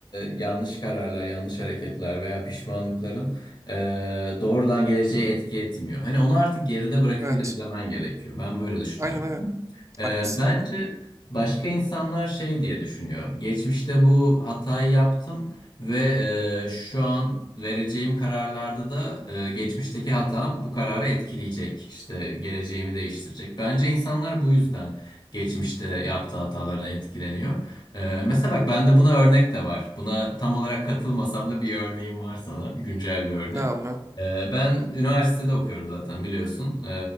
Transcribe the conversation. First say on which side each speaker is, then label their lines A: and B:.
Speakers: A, on the left; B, on the right.
A: yanlış kararlar, yanlış hareketler veya pişmanlıkların e, doğrudan geleceğe etki etmiyor. Hani onu artık geride bırakıp
B: Evet.
A: ilerlemen gerekiyor. Ben böyle düşünüyorum.
B: Aynen aynen.
A: E,
B: Haklısın
A: bence
B: aynen.
A: başka insanlar şey diye düşünüyor. Geçmişte bu hatayı yaptım. Ve e, şu an vereceğim kararlarda da e, geçmişteki hatam bu kararı etkileyecek. İşte geleceğimi değiştirecek. Bence insanlar bu yüzden geçmişte yaptığı hatalardan etkileniyor. E, mesela bak bende buna örnek de var. Buna tam olarak katılmasam da bir örneğim var sana. Güncel bir örnek.
B: Ne abi?
A: E, ben üniversitede okuyorum zaten biliyorsun. E,